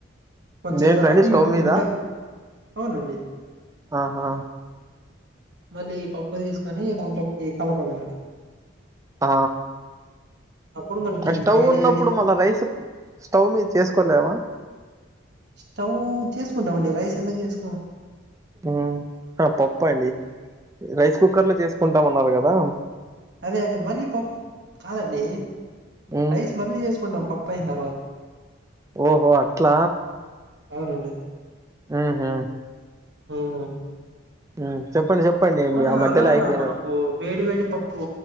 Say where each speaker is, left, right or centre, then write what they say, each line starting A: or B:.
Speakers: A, on the right (about 55°); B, on the right (about 15°).
A: కొని చెేపు
B: దేంట్లో
A: తర్వాత
B: అండి స్టవ్
A: ఇది
B: మీద
A: ఉంటా అవునండి.
B: ఆహా.
A: మళ్ళీ పప్పు తీసుకొని దాంట్లోకి కలపాలండి.
B: ఆ.
A: అప్పుడు మనకి
B: ఆ స్టవ్
A: వేడి
B: ఉన్నప్పుడు
A: వేడి
B: మళ్ళ రైస్ స్టవ్ మీద చేసుకోలేవ
A: స్టవ్ చేసుకుంటామండి రైస్ ఎందుకు చేసుకోమ్
B: ఉమ్ పప్పు అండి రైస్ కుక్కర్ లో చేసుకుంటాం అన్నారు గదా
A: అదే అదే మళ్ళీ పప్పు కాదండి
B: ఉమ్
A: రైస్ మళ్ళీ చేసుకుంటాం పప్పు అయిన తర్వాత
B: ఓహో అట్ల
A: అవునండి
B: ఉహు
A: ఉమ్
B: ఉమ్ చెప్పండి చెప్పండి మీ
A: ఆ
B: మధ్యలో
A: అలా
B: ఆగిపోయినారు
A: మనకు వేడి వేడి పప్పు